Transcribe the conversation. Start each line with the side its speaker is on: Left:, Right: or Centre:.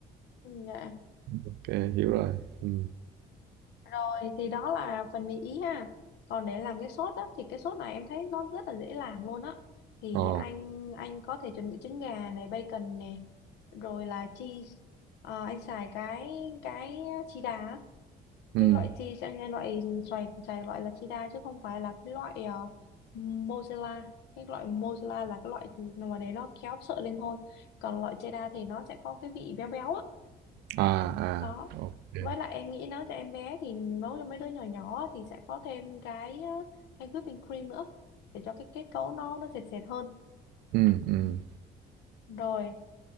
Left: Ừ, Dạ.
Right: ok hiểu rồi ừ.
Left: Rồi thì đó là phần mì ý ha còn để làm cái sốt á thì cái sốt này em thấy nó rất là dễ làm luôn á thì
Right: ồ
Left: anh anh có thể chuẩn bị trứng gà này bacon này rồi là cheese Ờ, anh xài cái cái cheddar á.
Right: ừ.
Left: cái loại cheese anh anh loại xài xài loại là cheddar chứ không phải là cái loại ờ, mozzarella cái loại mozzarella là cái loại mà để nó kéo sợi lên thôi còn loại cheddar thì nó sẽ có cái vị béo béo á
Right: à à
Left: đó
Right: ok
Left: với lại em nghĩ nấu cho em bé thì nấu cho mấy đứa nhỏ nhỏ thì sẽ có thêm cái ờ, cái whipping cream nữa để cho cái kết cấu nó nó sệt sệt hơn
Right: ừ ừ
Left: rồi